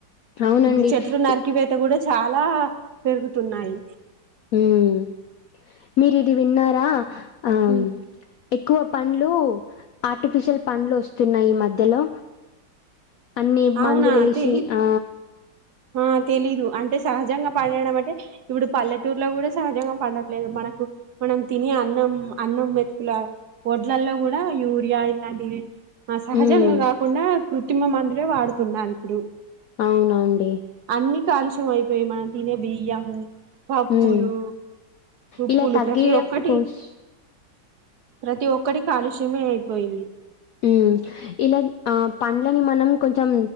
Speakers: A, on the left; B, on the right.
A: అవునండి.
B: ఇప్పుడు చెట్లు నరికిపోత
A: ఇ
B: కూడా చాలా పెరుగుతున్నాయి
A: హ్మ్. మీరిది విన్నారా ఆహ్,
B: ఉమ్
A: ఎక్కువ పండ్లు ఆర్టిఫిషియల్ పండ్లు వస్తున్నాయి ఈ మధ్యలో అన్ని
B: అవునా
A: మందులు వేసి
B: తెలీదు
A: ఆ
B: ఆ తెలీదు అంటే సహజంగా పండడం అంటే ఇప్పుడు పల్లెటూరులో కూడా సహజంగా పండట్లేదు మనకు మనం తినే అన్నం అన్నం మెతుకుల ఒఓడ్లల్లో కూడా యూరియా ఇట్లాంటివి ఆ సహజంగా
A: హ్మ్.
B: కదా కొడా కృత్రిమ మ ఇ వాడుతున్నారు ఇప్పుడు
A: అవునండి
B: అన్ని కాలుష్యం అయిపోయి మనం తినేవి బ పప్పులు
A: హ్మ్.
B: ఉప్పులు
A: ఇలా తగ్గీయడం
B: ప్రతి ఒక్కటి
A: కోష్
B: ప్రతి ఒక్కటి కాలుష్యమే అయిపోయింది
A: ఉమ్ ఇలా ఆ పండ్లని మనం కొంచెం